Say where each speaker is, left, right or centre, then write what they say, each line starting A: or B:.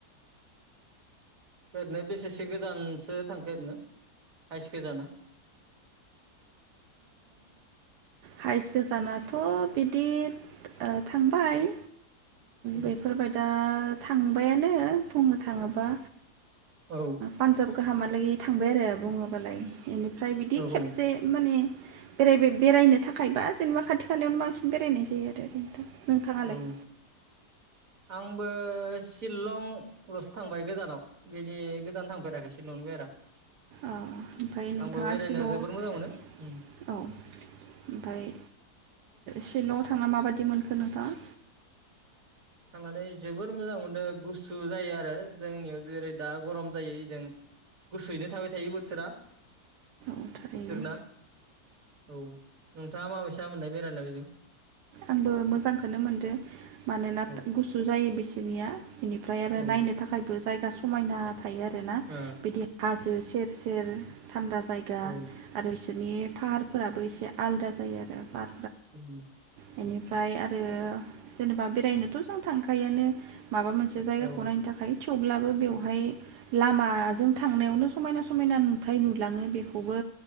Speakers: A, on the right (about 55°); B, on the right (about 80°).
A: ओरैनो बेसेसो गोजानसो थांखो ओरैनो हाइस गोजाना
B: हाइस गोजानाथ बिदि थांबाय
A: औ
B: बेफोरबाय दा थांबायानो बुंनो थाङोब्ला
A: औ
B: पान्जाब गाहाम नै थांबाय आरो बुङोबालाय इनि ओमफ्राय बिदि
A: औ
B: खेबसे माने बेरायबाय बेरायनो थाखायबा जेनेबा खाथि खालायावनो बांसिन बेरायनाय जायो आरो। नोंथाङालाय?
A: औ आंबो सिलंल'सो थांबाय गोजानाव बेनि गोजानाव थांफेराखै सिलंनि बाहेरा।
B: औ ओमफ्राय नोंथाङा
A: आंबो बेरायनो
B: सिलंआव
A: जोबोर मोजां मोनो। उम
B: औ ओमफाय सिलंआव थांना माबायदि मोनखो नोंथाङा?
A: थांनानै जोबोर मोजां मोनदों गुसु जायो आरो जोंनियाव जेरै दा गरम जायो इजों गुसुयैनो थाबाय थायो बोथोरा। बेसोरना
B: औ थारैनो
A: औ। नोंथाङा माबेसा मोननाय बेरायनाय बेजों?
B: आंबो मोजांखोनो मोनदो। मानोना
A: औ
B: गुसु जायो बिस दुनिया बेनिफ्राय आरो
A: औ ओ
B: नायनो थाखायबो जाय दा समायना थायो आरोना
A: औ
B: बिदि हाजो से सेर-सेर थान्दा जायगा
A: उम
B: आरो बिसोरनि फाहारफोराबो एसे आलदा जायो आरो पार
A: <unintelligible>
B: बेनिफ्राय आरो जेनेबा बेरायनोथ' जों थांखायोआनो। माबा मोनसे जायगाखौ
A: औ
B: नायनो थाखाय थेवब्लाबो बेवहाय लामाजों थांनायावनो समायना समायना नुथाय नुलाङो बेखौबो